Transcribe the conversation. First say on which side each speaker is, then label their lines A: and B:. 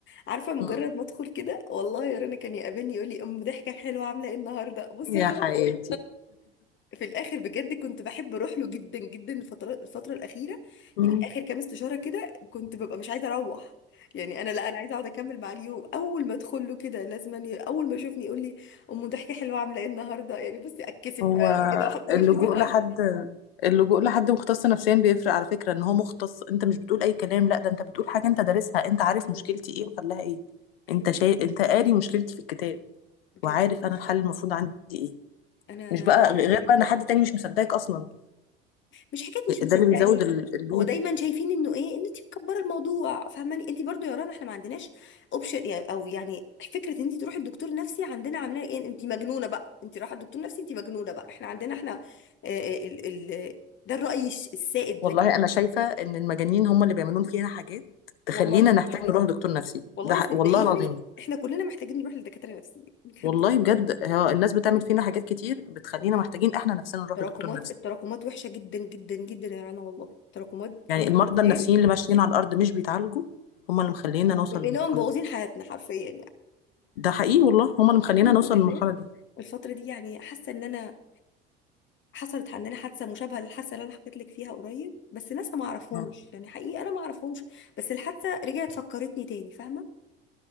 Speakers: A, on the left; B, on the left.
A: عارفه مجرد
B: مم.
A: ما ادخل كده والله يا رنا كان يقابلني يقول لي ام ضحكه حلوه عامله ايه النهارده بصي
B: يا
A: هو لوحده
B: حياتي
A: في الاخر بجد كنت بحب اروح له جدا جدا الفتره الفتره الاخيره
B: مم.
A: يعني اخر كام استشاره كده كنت ببقى مش عايزه اروح يعني انا لا انا عايزه اقعد اكمل معاه اليوم اول ما ادخل له كده لازم ي... اول ما يشوفني يقول لي ام ضحكه حلوه عامله ايه النهارده يعني بصي اتكسف
B: هو
A: بقى كده واحط
B: اللجوء
A: وشي في الارض
B: لحد اللجوء لحد مختص نفسيا بيفرق على فكرة ان هو مختص انت مش بتقول اي كلام لا ده انت بتقول حاجة انت دارسها انت عارف
A: ايوه
B: مشكلتي ايه وحلها ايه
A: ايوه
B: انت شاي... انت قاري مشكلتي في الكتاب
A: بجد
B: وعارف
A: والله
B: انا الحل المفروض عندي ايه
A: انا
B: مش
A: انا
B: بقى
A: بروح
B: غير
A: جدا
B: بقى ان حد تاني مش مصدقك اصلا
A: مش حكايه مش مصدقني
B: ده اللي بيزود ال- اللود
A: هو دايما شايفين انه ايه ان انت مكبره الموضوع فاهماني انت برضو يا رنا احنا ما عندناش اوبشن يعني او يعني فكره ان انت تروحي الدكتور نفسي عندنا عاملاه ايه انت مجنونه بقى انت رايحه الدكتور نفسي انت مجنونه بقى احنا عندنا احنا آه، آه، ال ال ده الراي الش- السائد
B: والله
A: لكن
B: انا شايفة ان المجانين هم اللي بيعملون فينا حاجات تخلينا
A: والله
B: نحتاج نروح دكتور نفسي
A: والله
B: ده حق-
A: صدقيني
B: والله العظيم
A: احنا كلنا محتاجين نروح لدكاتره نفسيين بجد
B: والله
A: والله
B: بجد هو الناس بتعمل فينا حاجات كتير بتخلينا
A: والله
B: محتاجين احنا نفسنا نروح
A: التراكمات
B: لدكتور نفسي
A: التراكمات وحشه جدا جدا جدا يا رنا والله التراكمات
B: يعني
A: جوه
B: المرضى
A: الانسان
B: النفسيين اللي ماشيين على الارض مش بيتعالجوا هم اللي مخلينا نوصل
A: لانهم
B: للمرحله
A: مبوظين
B: دي
A: حياتنا حرفيا يعني
B: ده حقيقي والله هم اللي مخلينا
A: الحمد
B: نوصل
A: لله
B: للمرحله دي
A: الفترة دي يعني حاسة ان انا حصلت عندنا حادثة مشابهة للحادثة اللي انا حكيت لك فيها قريب بس ناس ما اعرفهمش
B: اه
A: يعني حقيقي انا ما اعرفهمش بس الحادثة رجعت فكرتني تاني فاهمة